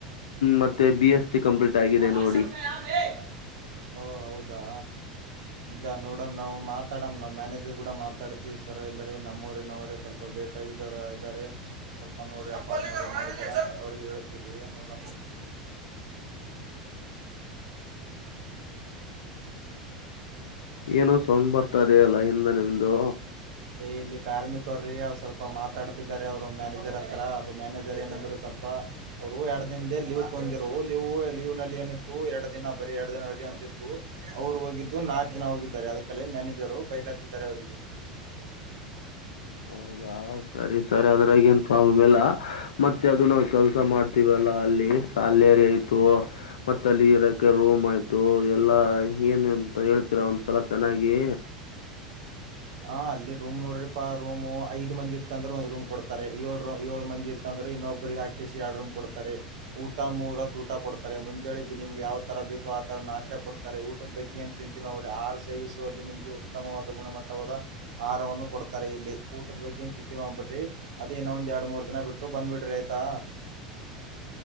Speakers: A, on the left; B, on the right.
A: ಮತ್ತೆ ಬಿ ಎಸ್ ಸಿ ಕಂಪ್ಲೀಟ್ ಆಗಿದೆ
B: ಯಾ ಭಾಷಣ
A: ನೋಡಿ
B: ಯಾವೇ ಓ ಹೌದಾ ಇಲ್ಲ ನೋಡಮ ನಾ್ ಮಾತಾಡಮ ನಾವ್ ಮ್ಯಾನೇಜರ್ ಕೂಡ ಮಾತಾಡ್ತಿೀವಿ ಸರ ಎಲ್ಲರಿ ನಮ್ಮವರಿ ನವರ ಸ್ವಲ್ಪ ಬೇಕಾಗಿದವರ ಇದಾರೆ ಸ್ವಲ್ಪ ನೋಡ್ರ ಅಪಾರ್ಟ್ಮೆಂಟ್ ಅವ್ರ ಹೇಳ್ತ ನೋಡ
A: ಏನೋ ಸೋೊಂಡ್ ಬರ್ತ ತದ ಅಲ್ಲ ಹಿಂದನೆಂದು
B: ಇಲ್ಲಿ ಕಾರ್ಮಿಕರ್ರೀ ಅವ್ರು ಸ್ವಲ್ಪ ಮಾತಾಡ್ತಿದ್ದಾರೆ ಅವರು ಮ್ಯಾನೇಜರ್ ಹತ್ರ ಅದು ಮ್ಯಾನೇಜರ್ ಏನಂದ್ರು ಸ್ವಲ್ಪ ಅವರು ಎರಡು ದಿನದ ಲೀವ್ ತೊಂದಿರು ಲೀವ್ ಲೀವ್ ನಲ್ಲಿ ಏನಿತ್ತು ಎರಡು ದಿನ ಬರಿೀ ಎರಡು ದಿನಲ್ಲಿ ಅಂತಿತ್ತು ಅವ್ರು ಹೋಗಿದ್ದು ನಾಲ್ಕು ದಿನ ಹೋಗಿದ್ದು <inaudible> ಅದ ಕಲೇ ಮನೇಜರ ಹತಿದ್ದಾರೆ ಅವರಿಗೆ <inaudible>
A: ಹೌದಾ ಸರಿ ಸರಿ ಅದ್ರಾಗ ಏನ್ ಪ್ರಾಬ್ಲಮ್ ಇಲ್ಲ ಮತ್ತೆ ಅದು ನಾವ ಕೆಲ್ಸ ಮಾಡ್ತೀವಲ್ಲಾ ಅಲ್ಲಿ ಸಾಲರಿ ಆಯ್ತು ಮತ್ತ ಅಲ್ಲಿ ಇರಕೆ ರೂಮ್ ಆಯ್ತು ಎಲ್ಲಾ ಏನ್ ಅಂತ ಹೇಳ್ತೀರಾ ಒಂದ್ಸಲ ಚೆನ್ನಾಗಿ
B: ಹ ಅಲ್ಲಿ ರೂಮ್ ನೋಡ್ರಿಾ ರೂಮ್ ಐ್ ಮಂದಿ ಇ್ದ ಅಂದ್ರೆ ಒಂದ ರೂಮ್ ಕೊಡ್ತಾರೆ ಏಳ ರ ಏಳು ಮಂದಿ ಇ್ದಂದ್ರೆ ಇನ್ನೊಬ್ಬ್ರಿಗೆ ಹಾಕಿಸಿ ಎರಡ್ ರೂಮ್ ಕೊಡ್ತಾರೆ ಊಟ ಮೂರತ್ ಊಟ ಕೊಡ್ಾರೆ ಮುಂಜಳಿ ನಿಮ್ಗೆ ಯಾವ ತರ ಬೇಕೋ ಆ ತರ ನಾಷ್ಟ ಕೊಡ್ತಾರೆ ಊಟದ ಬಗ್ಗೆ ಏನ್ ಚಿಂತೆ ಮಾಡ್ಬಿಡಿ ಆ ಸೇವಿಸುವಲ್ಲಿ ನಿಮ್ಗೆ ಉತ್ತಮವಾದ ಗುಣಮಟ್ಟ ಆಹಾರವನ್ನು ಕೊಡ್ತಾರೆ ಇಲ್ಲಿ ಊಟದ ಬಗ್ಗೆಏನ್ ಚಿತ್ತಿ ಮಾಡ್ಬಿಟ್ರಿ ಅದೇ ಇನ್ನೊ ಒಂದ್ರಡು ಮೂರ್ ದಿನ ಬಿಟ್ಟ ಟ್ಟು ಬಂದ್ಬಿಡ್ರಿ ಆಯ್ತಾ